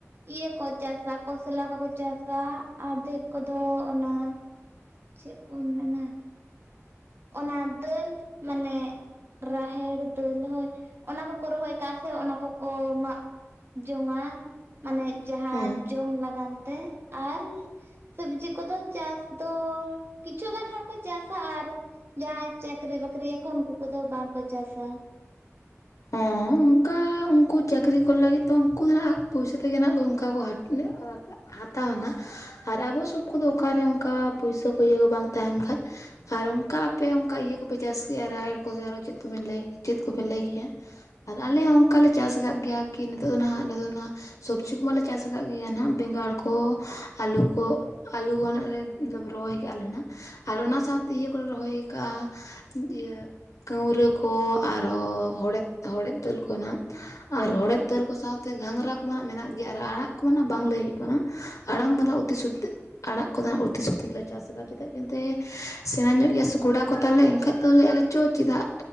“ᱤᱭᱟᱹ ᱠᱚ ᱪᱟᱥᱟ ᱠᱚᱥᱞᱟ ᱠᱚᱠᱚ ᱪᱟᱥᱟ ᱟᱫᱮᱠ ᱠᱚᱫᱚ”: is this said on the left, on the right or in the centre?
Right